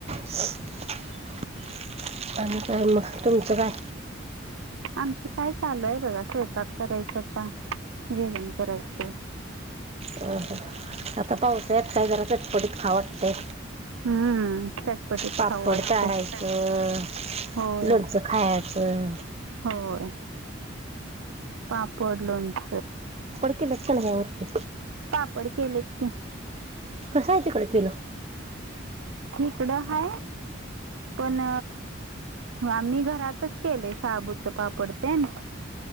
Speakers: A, on the right; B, on the right.
A: ह आणि काय मग, तुमचं काय?
B: आमचं काय चालूय बघा स्वयंपाक करायच आता, जेवण करायचंय.
A: अ आता पाऊसळ्यात काय जरा चटपटीत खाऊ वाटतंय.
B: हम्म चटपटीत
A: पापड
B: खाऊ वाटतंय
A: तारायचं.
B: होय
A: लोणचं खायचं.
B: होय पापड लोणच.
A: लक्षण हरचे
B: पापड केलेत की
A: कस आहे तिकडे केलं.
B: इिकडं हा पण आम्ही घरातच केले शाबूच पापड ते ना.